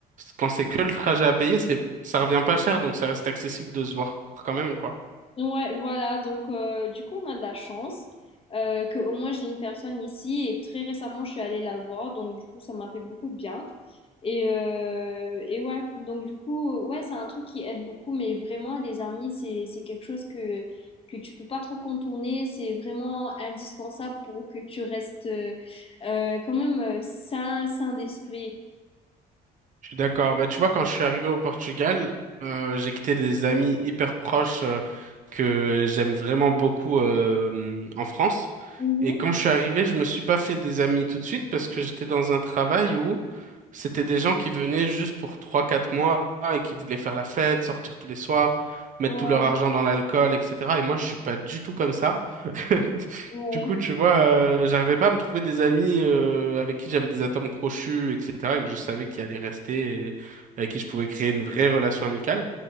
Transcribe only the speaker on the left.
Ouais, voilà, donc euh, du coup on a de la chance euh, que au moins j'ai une personne ici et très récemment je suis allée la voir, donc du coup ça m'a fait beaucoup de bien. Et, euh, et ouais, donc du coup, ouais, c'est un truc qui aide beaucoup, mais vraiment les amis, c'est, c'est quelque chose que, que tu peux pas trop contourner, c'est vraiment indispensable pour que tu restes euh, euh, quand même euh, sain, sain d'esprit.
Mhm.
Ouais,
ouais.